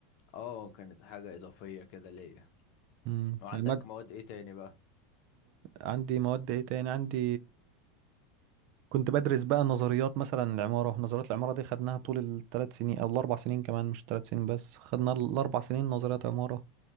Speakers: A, on the left; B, on the right.
A: اه كانت حاجة اضافية كده ليا
B: مم.
A: وعندك
B: المادة
A: مواد ايه تاني بقى
B: عندي مواد ايه تاني عندي كنت بدرس بقى نظريات مثلا العمارة نظريات العمارة دي خدناها طول الثلاث سنين أو الأربع سنين كمان مش ثلاث سنين بس خدنا الأربع سنين نظريات عمارة